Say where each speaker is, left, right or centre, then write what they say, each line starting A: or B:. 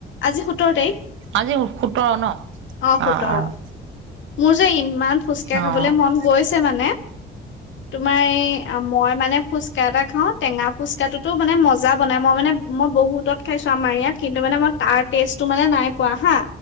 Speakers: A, on the left; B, on the right.
A: আজি সোতৰ তাৰিখ।
B: আজি সোতৰ ন?
A: অ সোতৰ
B: অঁ অঁ।
A: মোৰ যে ইমান ফোচকা
B: অ
A: খাবলে মন গৈছে মানে তোমাৰ এই মই মানে ফুচকা এটা খাওঁ টেঙা খুচকাটোতো মানে মজা বনাই, মই মানে মই বহুতত খাইছো আমাৰ ইয়াত কিন্তু মানে মই তাৰ টেষ্টটো মানে নাই পোৱা হা,